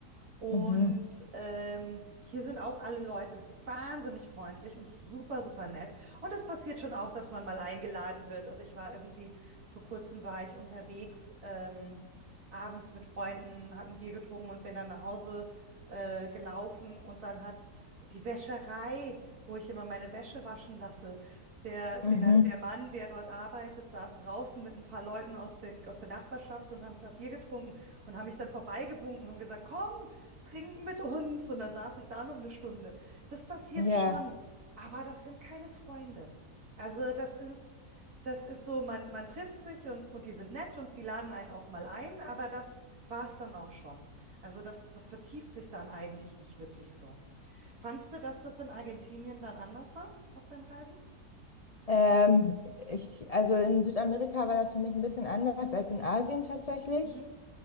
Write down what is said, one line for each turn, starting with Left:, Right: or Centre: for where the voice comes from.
Right: Und
Left: mhm,
Right: ähm, hier sind auch alle Leute wahnsinnig freundlich und super, super nett. Und es passiert schon auch, dass man mal eingeladen wird. Also ich war irgendwie, vor kurzem war ich unterwegs, ähm, abends mit Freunden, habe ein Bier getrunken und bin dann nach Hause äh, gelaufen. Und dann hat die Wäscherei, wo ich immer meine Wäsche waschen lasse, der, der,
Left: mhm,
Right: der Mann, der dort arbeitet, saß draußen mit ein paar Leuten aus der, aus der Nachbarschaft und haben ein paar Bier getrunken und haben mich dann vorbeigewunken und haben gesagt, komm trinken mit uns. Und dann saß ich da noch eine Stunde. Das passiert
Left: ja.
Right: schon, aber das sind keine Freunde. Also das ist, das ist so, man, man trifft sich und, und die sind nett und die laden einen auch mal ein, aber das war es dann auch schon. Also das, das vertieft sich dann eigentlich nicht wirklich so. Fandst du, dass das in Argentinien dann anders war auf deinen Reisen?
Left: Ähm, ich, also in Südamerika war das für mich ein bisschen anders als in Asien tatsächlich.
Right: Mhm.